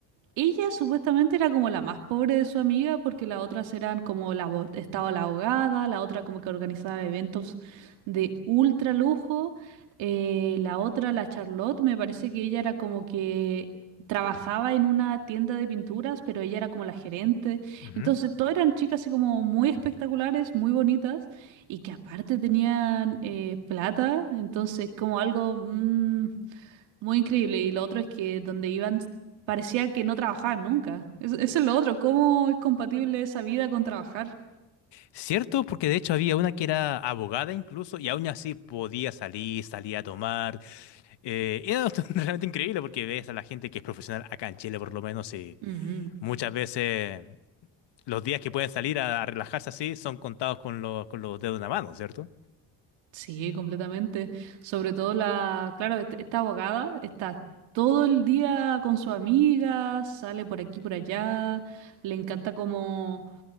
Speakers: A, on the right; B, on the left.
A: ella supuestamente era como la más pobre de su amiga porque las otras eran como la bo- estaba la ahogada, la otra como que organizaba eventos de ultra lujo, eh, la otra, la Charlotte, me parece que ella era como que trabajaba en una tienda de pinturas, pero ella era como la gerente.
B: Ujú.
A: Entonces, todas eran chicas así como muy espectaculares, muy bonitas y que aparte tenían eh, plata, entonces como algo... mm, muy increíble. Y lo otro es que donde iban parecía que no trabajaban nunca. Eso, eso es lo otro. ¿Cómo es compatible esa vida con trabajar?
B: Cierto, porque de hecho había una que era abogada incluso y aún así podía salir, salía a tomar. Eh, era <laughs> realmente increíble porque ves a la gente que es profesional acá en Chile por lo menos y
A: Mm,
B: muchas veces los días que pueden salir a, a relajarse así son contados con los, con los dedos de una mano, cierto
A: sí, completamente. Sobre todo la, claro, est- esta abogada está todo el día con su amiga, sale por aquí, por allá. Le encanta como